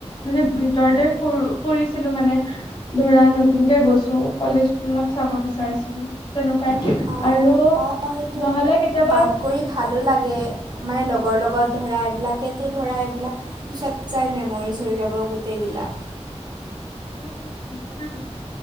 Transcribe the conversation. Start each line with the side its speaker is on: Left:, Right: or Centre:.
Left: মানে ভিতৰতে ফুৰ ফুৰিছিলো মানে ধৰা নতুনকে গৈছো কলেজ অলপ চাব বিচাৰিছিলো তেনেকুৱাই
Right: অঁ
Left: আৰু
Right: অঁ সেইটোৱেতো
Left: নহলে কেতিয়াবা
Right: বাং কৰি ভালো লাগে মানে লগৰ লগত ধৰা এইবিলাকেতো ধৰা এইবিলাক পিছত যায় মেমৰিজ হৈ ৰ'ব গোটেইবিলাক।
Left: উম সেইটোয়েতো কথা। <inaudible>